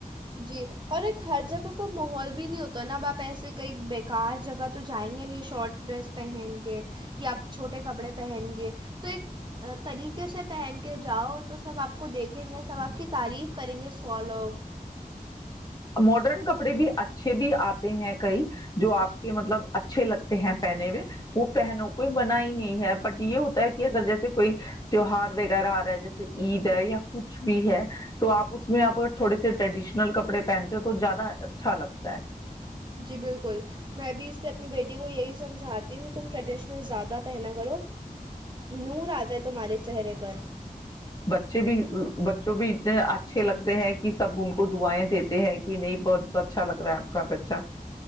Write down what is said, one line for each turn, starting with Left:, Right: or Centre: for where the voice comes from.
Right: جی اور ایک ہر جگہ کا ماحول بھی نہیں ہوتا نا اب آپ ایسے کئی ب کار جگہ تو جائیں گے نہیں شارٹ ڈریس پہن کے یا آپ چھوٹے کپڑے پہن کے تو ایک طریقے سے پہن کے جاؤ تو سب آپ کو دیکھیں گے سب آپ کی تعریف کریں گے سو لوگ
Left: ماڈرن کپڑے بھی اچھے بھی آتے ہیں کئی جو آپ کے مطلب اچھے لگتے ہیں پہنے میں وہ پہنوں کوئی منا ہی نہیں ہے بٹ یہ ہوتا ہے کہ اگر جیسے کوئی تیوہار وغیرہ آ رہا ہے جیسے عید ہے یا کچھ بھی ہے تو آپ اس میں تھوڑے سے ٹریڈیشن کپڑے پہنتے ہو تو زیادہ اچھا لگتا ہے
Right: جی بالکل میں بھی اس پہ اپنی بیٹی کو یہی سمجھاتی ہوں کہ تم ٹریڈیشنل زیادہ پہنا کرو نور آتا ہے تمہارے چہرے پر
Left: بچے بھی بچوں بھی اتنے اچھے لگتے ہیں کہ سب ان کو دعائیں دیتے ہیں کہ نہیں بہت اچھا لگ رہا ہے آپ کا بچہ